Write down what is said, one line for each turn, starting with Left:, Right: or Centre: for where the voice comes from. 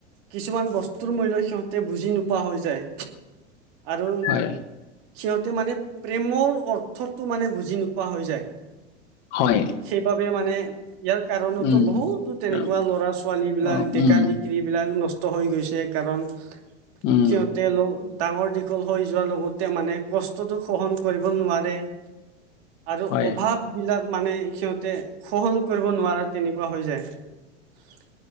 Right: কিছুমান বস্তুৰ মূল্য সিহঁতে বুজি নোপোৱা হৈ যায়। আৰু
Left: হয়
Right: সিহঁতে মানে প্ৰেমৰ অৰ্থটো মানে বুজি নোপোৱা হৈ যায়।
Left: হয়।
Right: সেইবাবে মানে ইয়াৰ কাৰণতো
Left: উম
Right: বহুতো তেনেকুৱা
Left: অ
Right: ল'ৰা ছোৱালী বিলাক
Left: অ,
Right: ডেকা
Left: উম
Right: ডিক্ৰী বিলাক নষ্ট হৈ গৈছে কাৰণ
Left: উম
Right: সিহঁতে ল ডাঙৰ দীঘল হৈ যোৱাৰ লগতে মানে কষ্টতো সহন কৰিব নোৱাৰে। আৰু
Left: হয়
Right: অভাৱ বিলাক মানে সিহঁতে সহন কৰিব নোৱাৰা তেনেকুৱা হৈ যায়।